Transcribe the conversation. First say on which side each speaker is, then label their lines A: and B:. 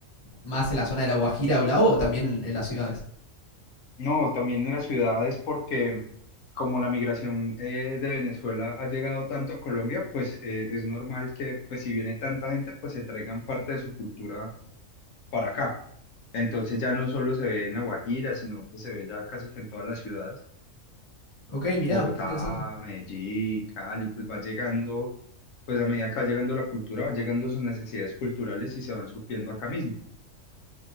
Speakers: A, on the left (about 25°); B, on the left (about 75°).
A: más en la zona de La Guajira o Blau o también en, en las ciudades?
B: No, también en las ciudades porque como la migración eh, de Venezuela ha llegado tanto a Colombia, pues eh, es normal que pues si viene tanta gente, pues se traigan parte de su cultura para acá. Entonces ya no solo se ve en La Guajira, sino que se ve ya casi que en todas las ciudades.
A: Ok, mirá,
B: Bogotá,
A: qué interesante.
B: Medellín, Cali, pues va llegando, pues a medida que va llegando la cultura, van llegando sus necesidades culturales y se van supliendo acá mismo.